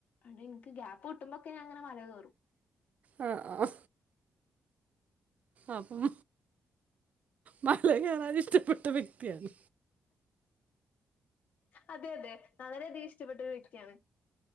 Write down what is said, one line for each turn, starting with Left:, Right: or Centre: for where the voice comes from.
Left: ഓണ്ട് ഇന്ക്ക് ഗ്യാപ്പ് കിട്ടുമ്പോക്കെ ഞായിങ്ങനെ മലകേറും.
Right: ആ ആ ആ അപ്പം മലകേറാൻ ഇഷ്ട്ടപ്പെട്ട വ്യക്ത്യാണ്.
Left: അതെ അതെ വളരേധികം ഇഷ്ട്ടപ്പെട്ട വ്യക്ത്യാണ്.